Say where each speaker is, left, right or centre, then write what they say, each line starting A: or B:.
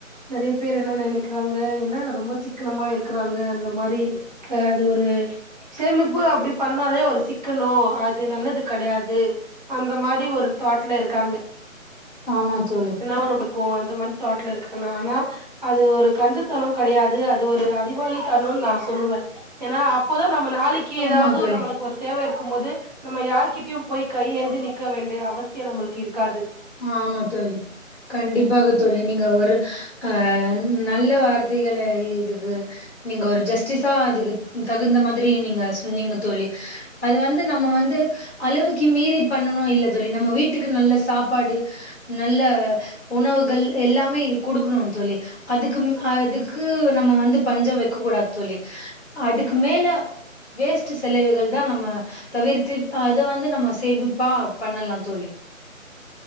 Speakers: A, on the right; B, on the left.
A: நிறைய பேர் என்ன நினைக்கிறாங்க என்ன ரொம்ப சிக்கனமா இருக்கிறாங்க அந்த மாதிரிஹ் அது ஒரு சேமிப்பு அப்படி பண்ணாலே ஒரு சிக்கனம் அது நல்லது கிடையாது அந்த மாதிரி ஒரு தாட்ல இருக்காங்க
B: ஆமா தோழி
A: என்ன ஒரு நமக்கு அந்த மாதிரி தட்டுல இருக்காங்க ஆனா அது ஒரு கஞ்சத்தனம் கிடையாது அது ஒரு அதிவாளித்தனம் நான் சொல்லுவேன் ஏன்னா அப்போதான் நம்ம நாளைக்கு
B: ஆமா
A: ஏதாவது
B: தோழி
A: நம்மளுக்கு ஒரு தேவ இருக்கும் <unintelligible> நம்ம யாருகிட்டயு போய் கையேந்து நிக்க வேண்டிய அவசிய நம்மளுக்கு இருக்காது
B: ஆமா தோலி கண்டிப்பாக தோலி நீங்க ஒரு ஆ நல்ல வார்த் <unintelligible> இதுக்கு நீங்க ஒரு ஜஸ்டிஸா அதுக்கு தகுந்த மாரி நீங்க சொன்னீங்க தோலி அது வந்து நம்ம வந்து அளவுக்கு மீறி பண்ணணு இல்ல தோலி நம்ம வீட்டுக்கு நல்லா சாப் சாப்பாடு நல்ல உணவுகள் எல்லாமே கொடுக்கணு தோலி அதுக்கு அதுக்கு <unintelligible> நம்ம வந்து பஞ்ச வெக்கக்கூடாது தோலி அதுக்கு மேல வேஸ்ட் செலவுகள் தா நம்ம தவிர்த்து அத வந்து நம்ம சேமிப்பா பண்ணலா தோலி